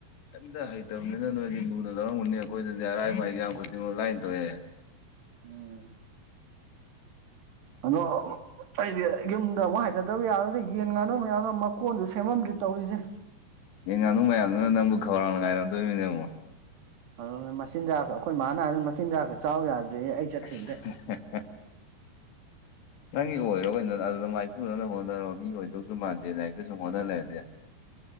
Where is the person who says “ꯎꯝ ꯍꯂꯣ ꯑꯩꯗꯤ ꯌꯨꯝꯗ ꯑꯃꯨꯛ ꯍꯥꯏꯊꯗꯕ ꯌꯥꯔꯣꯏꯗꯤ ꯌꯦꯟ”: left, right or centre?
Right